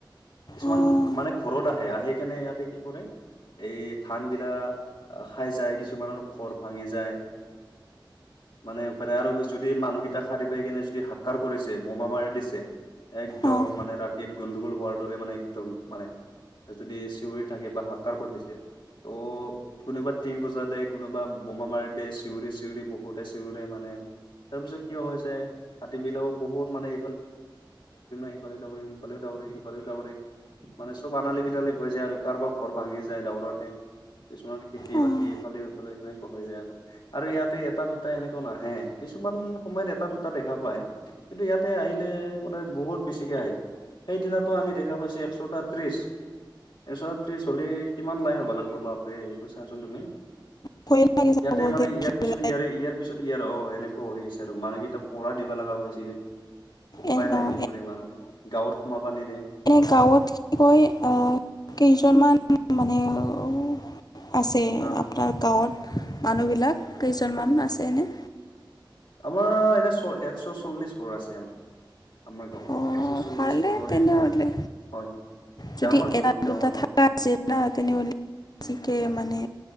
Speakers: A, on the left; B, on the left.
A: কিছুমান
B: অঁ
A: মানে ঘৰত আহে আহি কেনে ইয়াতে কি কৰে এই ধানবিলাক খাই যায়, কিছুমানৰ ঘৰ ভাঙি যায়। মানে উপায় নাই আৰু যদি মানুহকেইটা সাৰি পাই কিনে যদি হা'কাৰ কৰিছে বোমা মাৰি দিছে একদম
B: অঁ
A: মানে ৰাতিত গোণ্ডগোল হোৱাৰ দৰে মানে, একদম মানে। যদি চিঞৰি থাকে বা হা'কাৰ কৰি দিছে, ত' কোনোবা টিং বজা দে, কোনোবা বোমা মাৰ দে চিঞৰি, চিঞৰি বহুতে চিঞৰে মানে তাৰপিছত কিয় হৈছে, হাতীবিলাকও বহুত মানে এইফালে <inaudible> মানে চব আনালি বিনালি হৈ যায় আৰু কাৰোবাৰ ঘৰ ভাঙি যায় দাউৰতে। কিছুমান খেতি
B: অঁ
A: বাতি ইফালে সিফালে সেনেকে হৈ যায় আৰু। আৰু ইয়াতে এটা দুটা এনেকুৱা নাহে, কিছুমান সময়ত এটা দুটা দেখা পায়। কিন্তু ইয়াতে আহিলে মানে বহুত বেছিকে আহে। সেইদিনাতো আমি দেখা পাইছে একশটা ত্ৰিশ। একশটা ত্ৰিছ হ'লে কিমান লাইন হ'ব লাগিব বাপৰে এইটো চাচোন তুমি।
B: ভয় লাগে যাব
A: ইয়াতে, মানে
B: দেখি
A: ইয়াত ইয়াৰ
B: পেলাই
A: পিছত ইয়াৰে, ইয়াৰ পিছত ইয়াৰে অ', এনেকুৱা হৈ গৈছে আৰু মানুহকেইটা পহৰা দিব লগা হৈছিয়ে। উপাই
B: এ
A: নাই,
B: অঁ
A: কি কৰিম আৰু গাঁৱত সোমাব নিদিয়ে।
B: এ,
A: হা
B: গাঁৱত কি কয়, অ', কেইজনমান মানে অ', আছে
A: অ
B: আপোনাৰ গাঁৱত, মানুহবিলাক কেইজনমান আছে এনে?
A: আমাৰ এনে চ একশ চল্লিশ ঘৰ আছে আমাৰ। আমাৰ গাঁৱত,
B: অঁ
A: একশ চল্লিশ
B: ভালেই
A: ঘৰৰ
B: তেনেহ'লে
A: এতিয়া হয়!
B: যদি
A: ডাঙৰ বহুত
B: এটা
A: ডাঙৰ
B: দুটা
A: গাঁও
B: থাকা আছে তেনে বেছিকে মানে